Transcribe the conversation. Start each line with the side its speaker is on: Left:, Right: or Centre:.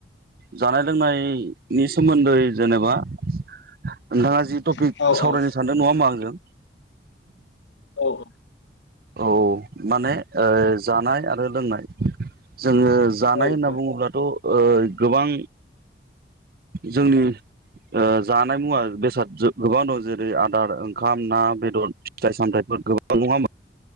Right: जानाय लोंनायनि सोमोन्दै जेनेबा नोंथाङा जि टपिक
Left: औ औ
Right: सावरायनो सानदों नङा होमा आंजों
Left: औ
Right: औ माने ओ जानाय आरो लोंनाय जोङो जानाय
Left: औ
Right: होनना बुङोब्लाथ' ओ गोबां जोंनि ओ जानाय मुवा बेसाद गोबां दं जेरै आदार ओंखाम ना बेदर फिथाइ सामथाइफोर गोबां नङा होमबा